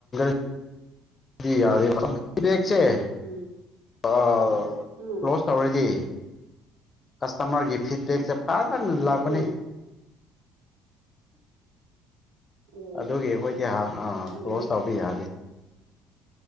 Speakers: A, on the left (about 30°); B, on the right (about 80°).
A: <unintelligible> ꯀ꯭ꯂꯣꯖ
B: ꯎꯝ ꯎꯝ
A: ꯇꯧꯔꯗꯤ ꯀ꯭ꯁꯇꯃꯔꯒꯤ ꯐꯤꯗꯕꯦꯛꯁꯦ ꯑꯥꯅ ꯂꯥꯛꯄꯅꯦ
B: ꯎꯝ ꯑꯣ
A: ꯑꯗꯨꯒꯤ ꯑꯩꯈꯣꯏꯗꯤ ꯍꯪ ꯑꯥ
B: ꯑꯗꯨꯅꯦ
A: ꯀ꯭ꯂꯣꯁ ꯇꯧꯕ ꯌꯥꯗꯦ